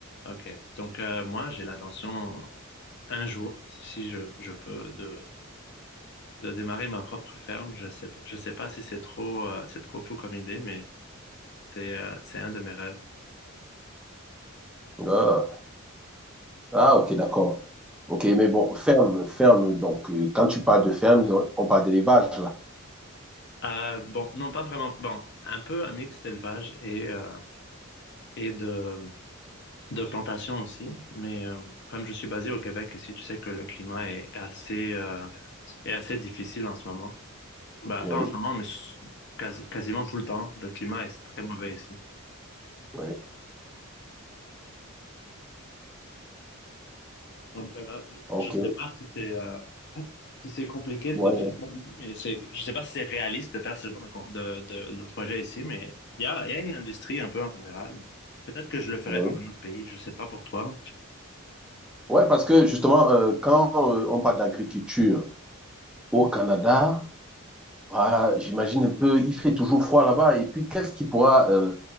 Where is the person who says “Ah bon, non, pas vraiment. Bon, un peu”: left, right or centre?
Left